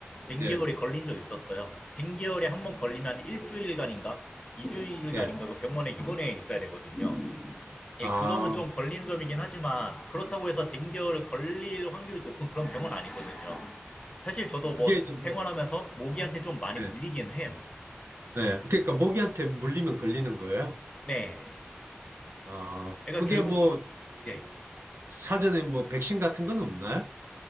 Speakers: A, on the left (about 25°); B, on the right (about 70°).
A: 댕기열에
B: 예,
A: 걸린 적 있었어요. 댕기열에 한 번 걸리면 일주일간인가 이주일간인가
B: 예.
A: 그 병원에 입원해 있어야 되거든요. 예,
B: 아,
A: 그 점은 좀 걸리는 점이긴 하지만 그렇다고 해서 댕결 걸릴 확률이 높은 그런 병은 아니거든요. 사실 저도 뭐
B: 그게 이제 뭐,
A: 생활하면서 모기한테 좀 많이
B: 예,
A: 물리긴 해요.
B: 예. 그러니까 모기한테 물리면 걸리는 거예요?
A: 네.
B: 아,
A: 그러니까
B: 그게
A: 결국
B: 뭐,
A: 네.
B: 사전에 뭐, 백신 같은 건 없나요?